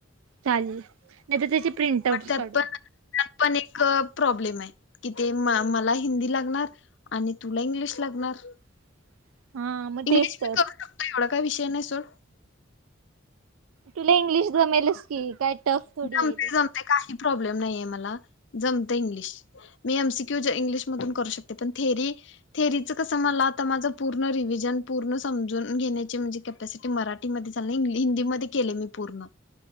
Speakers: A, on the right; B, on the left.
A: चालेल नाही तर त्याची प्रिंट आउटच
B: पण त्यात
A: काढूया.
B: पण पण एक प्रॉब्लेम आहे कि ते म मला हिंदी लागणार........ आणि तुला इंग्लिश लागणार.
A: <inaudible> मग तेच
B: इंग्लिश
A: तर
B: मी करू शकतो एवढा काय विषय नाही सोड.
A: तुला इंग्लिश जमेलस की काय..... टफ थोडी
B: जमते
A: आहे ते
B: जमते काही प्रॉब्लेम नाहीये मला जमते इंग्लिश. मी एमसीक्यू इंग्लिशमधून करू शकते पण थेरी. थेरीचं कसं मला आता माझं पूर्ण रिव्हिजन पूर्ण समजून घेण्याचे म्हणजे..... तस ते मराठी मध्ये हिंदी मध्ये केलंय मी पूर्ण